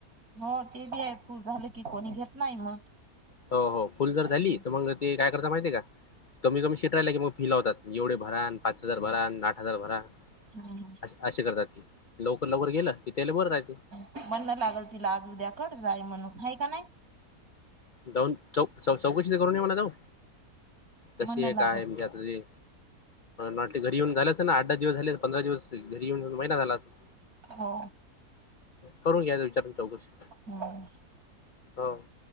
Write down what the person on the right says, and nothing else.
हो, ते बी हाय फूल झालं की कोणी घेत नाही मग.
हम्म
हम्म
म्हणण लागल तिला, आज उद्याकड जाई म्हणून नाही काय नाही.
म्हणणं
लागल.
हो
हम्म